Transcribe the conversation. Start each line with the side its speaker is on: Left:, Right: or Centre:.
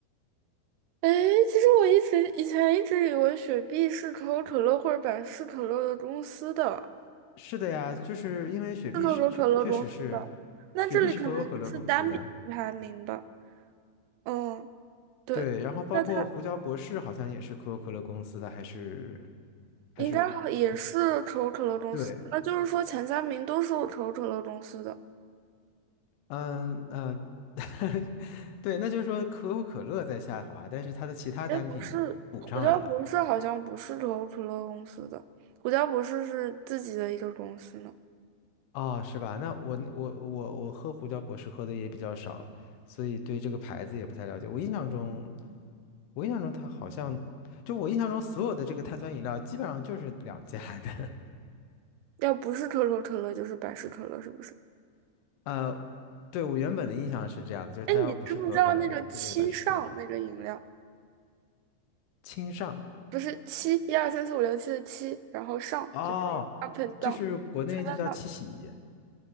Right: 哎，其实我一直以前一直以为雪碧是可口可乐或者百事可乐的公司的，
Left: 是的呀，就是因为雪碧是确确实是，
Right: 是可口可乐公司的，那这里可能就是单品排名吧。
Left: 雪碧是可口可乐公司的，
Right: 嗯，对，
Left: 对，然后包括胡椒博士好像也是可口可乐公司的，
Right: 那它。
Left: 还是还是还是
Right: 应该好也是可口可乐公司，
Left: 对。
Right: 那就是说前三名都是可口可乐公司的。
Left: 嗯呃，<laughs> 对，那就是说可口可乐在下滑，但是它的其他单品补上来了。
Right: 哎，不是，胡椒博士好像不是可口可乐公司的，胡椒博士是自己的一个公司呢。
Left: 哦，是吧？那我我我我喝胡椒博士喝的也比较少，所以对这个牌子也不太了解。我印象中，我印象中它好像，就我印象中所有的这个碳酸饮料基本上就是两家的。
Right: 要不是可口可乐，就是百事可乐，是不是？
Left: <laughs> 呃，对，我原本的印象是这样的，就是它要不是可口可乐，
Right: 哎，你知不知道那个七上那个饮料？
Left: 它就是百事可乐。清上，
Right: 不是七，一二三四五六七的七，然后上就是
Left: 哦，
Right: up and down，
Left: 就是国内就叫七喜。
Right: 在那